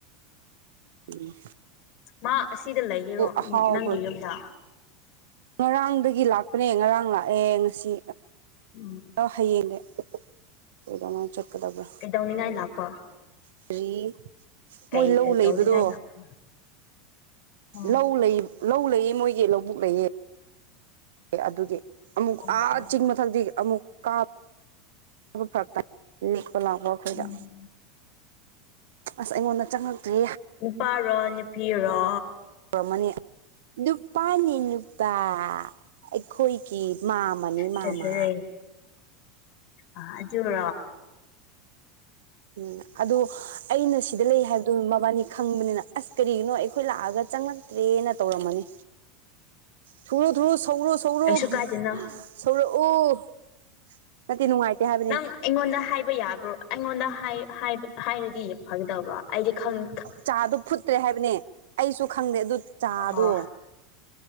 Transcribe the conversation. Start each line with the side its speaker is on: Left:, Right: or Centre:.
Right: ꯎꯝ
Left: ꯃꯥ ꯑꯁꯤꯗ ꯂꯩꯒꯦꯔꯣ
Right: ꯑꯍꯥꯎꯕ
Left: ꯅꯪꯒꯤ ꯌꯨꯝꯗ
Right: ꯉꯔꯥꯡꯗꯒꯤ ꯂꯥꯛꯄꯥꯅꯦ ꯉꯔꯥꯡ ꯂꯥꯛꯑꯦ ꯉꯥꯁꯤ
Left: ꯎꯝ
Right: ꯍꯌꯦꯡꯅꯦ ꯀꯩꯗꯧꯉꯩ ꯆꯠꯀꯗꯕ꯭ꯔꯥ
Left: ꯀꯩꯗꯧꯅꯤꯡꯉꯥꯏ ꯂꯥꯛꯄ
Right: ꯀ꯭ꯔꯤ
Left: ꯀꯩ
Right: ꯃꯣꯏ ꯂꯧ
Left: ꯀꯩ
Right: ꯂꯩꯕꯥꯗꯣ
Left: ꯇꯧꯅꯤꯡꯉꯥꯏ ꯂꯥꯛꯄ ꯑꯣ
Right: ꯂꯧ ꯂꯩ ꯂꯧ ꯂꯩꯌꯦ ꯃꯣꯏꯒꯤ ꯂꯧꯕꯨꯛ ꯂꯩꯌꯦ ꯑꯗꯨꯒꯤ ꯑꯃꯨꯛ
Left: ꯑꯣ
Right: ꯑꯥ
Left: ꯑꯣ
Right: ꯆꯤꯡ <unintelligible> ꯑꯃꯨꯛ ꯀꯥꯕ ꯐꯔꯛ ꯇꯥꯏ ꯂꯦꯛꯄ ꯂꯥꯛꯄ ꯑꯩꯈꯣꯏꯗ
Left: ꯎꯝ
Right: ꯑꯁ ꯑꯩꯉꯣꯟꯗ ꯆꯪꯉꯛꯇ꯭ꯔꯤ
Left: ꯅꯨꯄꯥꯔꯣ ꯅꯨꯄꯤꯔꯣ
Right: ꯇꯧꯔꯝꯃꯥꯅꯤ ꯅꯨꯄꯥꯅꯦ ꯅꯨ ꯏꯇꯥ ꯑꯩꯈꯣꯏꯒꯤ ꯃꯥꯝꯃꯥꯅꯦ
Left: ꯐꯖꯔꯦ
Right: ꯃꯥꯝꯃꯥ
Left: ꯑ ꯑꯗꯨꯔꯣ
Right: ꯎꯝ ꯑꯗꯣ ꯑꯩꯅ ꯁꯤꯗ ꯂꯩ ꯍꯥꯏꯕꯗꯣ ꯃꯕꯥꯅꯤ ꯈꯪꯕꯅꯤꯅ ꯑꯁ ꯀꯔꯤꯒꯤꯅꯣ ꯑꯩꯈꯣꯏ ꯂꯥꯛꯑꯒ ꯆꯪꯂꯛꯇ꯭ꯔꯦꯅ ꯇꯧꯔꯝꯃꯅꯤ ꯊꯨꯔꯣ ꯊꯨꯔꯣ ꯁꯧꯔꯣꯁꯧꯔꯣ
Left: ꯀꯩꯁꯨ ꯀꯥꯏꯗꯦꯅ
Right: ꯁꯧꯔꯛꯑꯣ ꯅꯠꯇꯦ ꯅꯨꯡꯉꯥꯏꯇꯦ ꯍꯥꯏꯕ
Left: ꯅꯪ ꯑꯩꯉꯣꯟꯗ ꯍꯥꯏꯕ ꯌꯥꯕ꯭ꯔꯣ ꯑꯩꯉꯣꯟꯗ ꯍꯥꯏ ꯍꯥꯏ ꯍꯥꯏꯔꯗꯤ ꯐꯒꯗꯕ ꯑꯩꯗꯤ ꯈꯪ
Right: ꯆꯥꯗꯣ ꯐꯨꯠꯇ꯭ꯔꯦ ꯍꯥꯏꯕꯅꯦ ꯑꯩꯁꯨ ꯈꯪꯗꯦ ꯑꯗꯨ ꯆꯥꯗꯣ
Left: ꯑꯣ